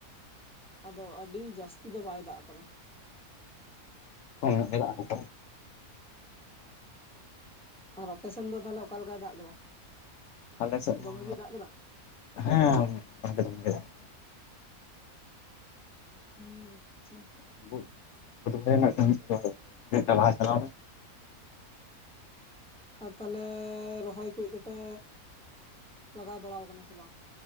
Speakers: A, in the centre; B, on the left (about 65°).
A: ᱟᱫᱚ ᱟᱹᱰᱤ ᱡᱟᱹᱥᱛᱤ ᱫᱚ ᱵᱟᱭ ᱫᱟᱜ ᱠᱟᱫᱟ᱾
B: ᱠᱚᱢ ᱧᱚᱜᱮ ᱫᱟᱜ ᱟᱠᱟᱫᱟ,
A: ᱟᱨ ᱟᱯᱮ ᱥᱮᱱ ᱫᱚ ᱛᱟᱦᱞᱮ ᱚᱠᱟ ᱞᱮᱠᱟᱭ ᱫᱟᱜ ᱠᱮᱫᱟ?
B: ᱟᱞᱮᱥᱮᱫ
A: ᱫᱚᱢᱮ
B: ᱢᱟ
A: ᱜᱮᱭ ᱫᱟᱜ ᱠᱮᱫᱟ
B: ᱦᱮ <unintelligible>
A: <unintelligible> ᱟᱪᱪᱷᱟ
B: <unintelligible> ᱞᱟᱦᱟ ᱪᱟᱞᱟᱣ ᱢᱮ
A: ᱟᱨ ᱛᱟᱦᱚᱞᱮ ᱨᱚᱦᱚᱭ ᱠᱚ ᱫᱚᱯᱮ ᱞᱟᱜᱟᱣ ᱵᱟᱲᱟ ᱠᱟᱱᱟ ᱥᱮ ᱵᱟᱝ?